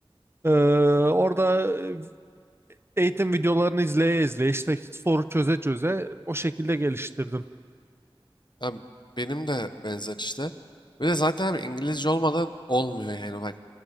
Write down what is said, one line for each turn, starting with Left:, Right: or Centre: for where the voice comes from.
Right: Ee, orada e, eğitim videolarını izleye izleye işte soru çöze çöze o şekilde geliştirdim.
Left: Abi benim de benzer işte. Bir de zaten abi İngilizce olmadan olmuyor yani bak.